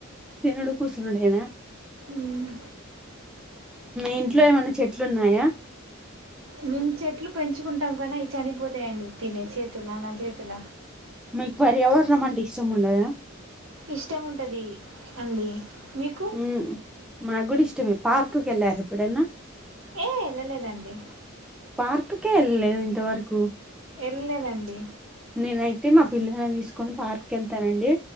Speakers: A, in the centre; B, on the right.
A: తినుడు కూసునుడేనా
B: మ్మ్.
A: ఇంట్లో ఏమైన చెట్లున్నాయా
B: మేము చెట్లు పెంచుకుంటాం కనీ అవి చనిపోతాయండి ఉత్తినే చేతుల నా చేతుల
A: మిక్ పర్యావరణం అంటే ఇష్టం ఉండదా
B: ఇష్టం ఉంటది అండి మీకు
A: హు మగుడిష్ ష్టం పార్కుకి ఎల్లారా ఎప్పుడన్న
B: ఏ ఏళ్లలేదండి
A: పార్క్ కే ఏళ్లలేదా ఇంతవరకు
B: వెళ్ళలేదండి
A: నేనైతే మా పిల్లని తీసుకొని పార్క్ వెళ్తానండి